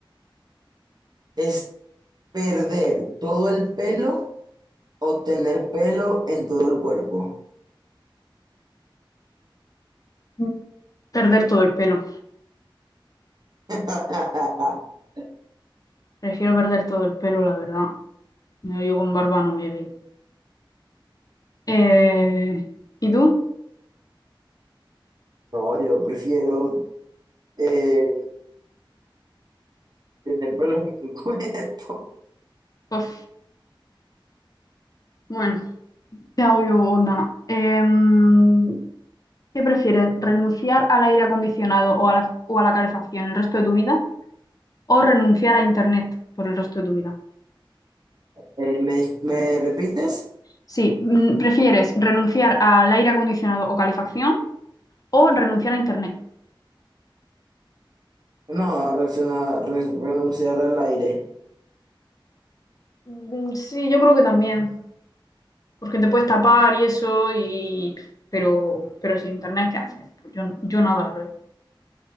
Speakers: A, on the right (about 50°); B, on the left (about 45°).
A: ¿Es perder todo el pelo o tener pelo en todo el cuerpo?
B: Mm. Perder todo el pelo.
A: <laughs>
B: Prefiero perder todo el pelo, la verdad. No, yo con barba no me veo. Eh, ¿y tú?
A: No, yo prefiero eh, tener pelos en el <laughs> cuerpo.
B: Pues, bueno, te hago yo una. Em, ¿qué prefieres? ¿Renunciar al aire acondicionado o a la, o a la calefacción el resto de tu vida? ¿O renunciar a internet por el resto de tu vida?
A: Eh, ¿me, dis- me repites?
B: Sí, mm, ¿prefieres renunciar al aire acondicionado o calefacción o renunciar a internet?
A: No, reacciona- re- renunciar al aire.
B: Mm, Sí, yo creo que también, porque te puedes tapar y eso, y pero, pero sin internet, ¿qué haces? Pues yo, yo nada, la verdad.